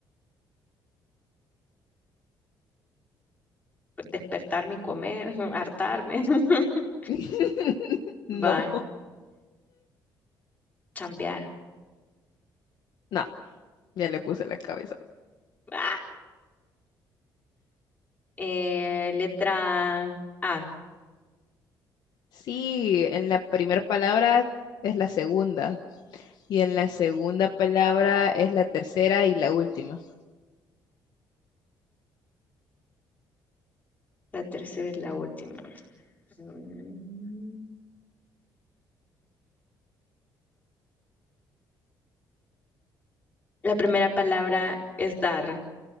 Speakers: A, on the left; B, on the left.
A: Despertarme y comer, <laughs> hartarme. <laughs>
B: <laughs> No,
A: Va, chambear.
B: no, ya le puse la cabeza.
A: Ah, eh, letra A.
B: Sí, en la primera palabra es la segunda. Y en la segunda palabra es la tercera y la última.
A: La tercera es la última. Mm, La primera palabra es dar,